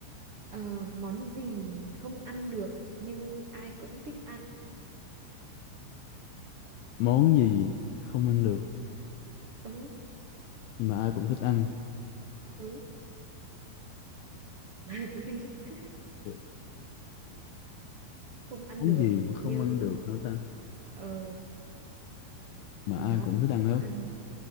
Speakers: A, on the right; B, on the left.
A: Ờ, món gì không ăn được nhưng ai cũng thích ăn
B: món gì không ăn được
A: ừ
B: nhưng mà ai cũng thích ăn
A: ừ <laughs> cái gì <laughs>
B: được
A: không ăn
B: món
A: được
B: gì mà không
A: nhưng
B: ăn được hả ta
A: ờ,
B: mà
A: món
B: ai cũng thích
A: không
B: ăn hết
A: ăn